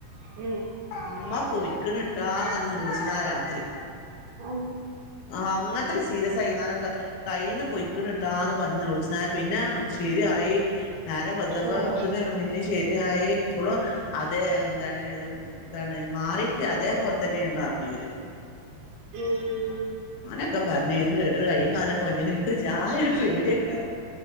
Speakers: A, on the right; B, on the left.
A: ഉം
B: ഉമ്മ പോയിക്ക്ണ് ട്ടാ ന്ന്പറഞ്ഞ്ന്നിര് വിളിച്ച് ന്നാരാത്രി
A: അ
B: ആഹ് അങ്ങൻത്തൊരു സീരിയസ്സായിന്ന് <unintelligible> കയ്യിന്ന് പൊയ്ക്ക്ണട്ടാന്ന് പറഞ്ഞ് വിൾച്ച്താ പിന്നെ ശെരിയായി നേരം വെളുത്തപ്പ
A: ആഹ്
B: ത്തേന് പിന്നെ ശരിയായി അപ്പോഴും അതേ എന്താണ് എന്താണ് മാറിട്ട് അതേപോലെ തന്നെയന്ന് പറഞ്ഞു ഓര്
A: ഊം
B: ഓനൊക്കെ പറഞ്ഞങ്ങ് കേട്ടിട്ട് കയ്യും കാലും കൊയ്ഞ്ഞ്ട്ട് ക്ക് ച്ഛായ ഒരു പേടിയൊക്കെ